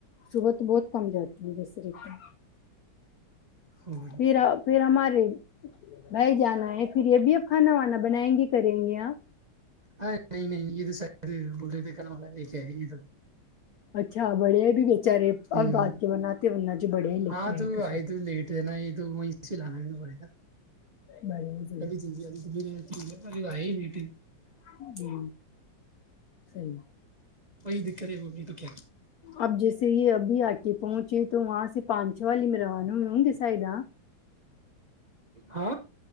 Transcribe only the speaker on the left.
صبح تو بہت کم جات م بسر کا
پھر پھر ہماریے بھائی جانا ہے پھر یہ بھی اب کھانا وانا بنائیں گی کریں گی آاں
اچھا بڑھیا بھی بارے
اب باات کے بنا ان چ بڑیا ہی لکھے
آئے
تے
بڑے بڑے
ہ سی <unintelligible>
اب جیسے یہ ابھی آک پہنچے تو وہاں سے پانچو والی میں روانہ ہوئے ہوں گے سائید ہاں